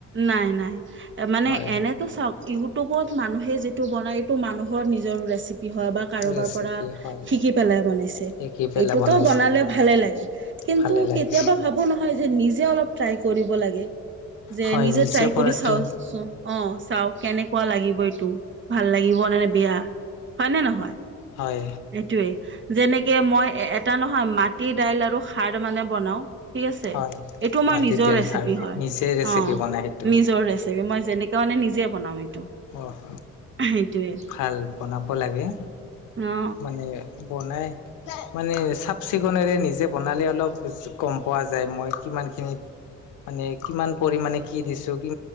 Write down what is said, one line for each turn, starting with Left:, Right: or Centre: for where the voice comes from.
Right: নাই-নাই, মানে
Left: হয়
Right: এনেইতো চব- ইউটিউবত মানুহে যিটো বনায় এইটো মানুহৰ নিজৰ ৰেচিপি হয় বা- কাৰোবাৰ
Left: ৰেচিপি
Right: পৰা
Left: হয়
Right: শিকি পেলাই বনাইছে
Left: শিকি পেলাই
Right: এইটোতো
Left: বনাইছিলোঁ
Right: বনালে ভালে লাগে। কিন্তু
Left: ভালে লাগে
Right: কেতিয়াবা ভাবো নহয় যে নিজে অলপ ট্ৰাই কৰিব লাগে। যে
Left: হয়
Right: নিজে ট্ৰাই
Left: কৰাটো
Right: কৰি চাওঁচোন। অঁহ', -চাওঁ কেনেকুৱা লাগিব এইটো ভাল লাগিব নে বেয়া হয় নে নহয়।
Left: হয়।
Right: এইটোৱে। যেনেকে মই এটা নহয় মাটি দাইল আৰু খাৰ মানে বনাওঁ- ঠিক আছে।
Left: হয়,
Right: এইটো আমাৰ
Left: মাটিৰ
Right: নিজৰ
Left: দাইল
Right: ৰেচিপি
Left: খাৰ
Right: হয়,
Left: নিজে ৰেচিপি
Right: অঁ',
Left: বনাই সেইটো।
Right: নিজৰ ৰেচি- পি মই যেনেকৈ মানে নিজে বনাওঁ এইটো।
Left: অহ',
Right: সেইটোৱে
Left: ভাল বনাব লাগে।
Right: অ
Left: মানে বনাই- মানে চাফ-চিকুণৰে নিজে বনালে অলপ গম পোৱা যায় মই কিমান খিনিত মানে কিমান পৰিমানে কি দিছো কি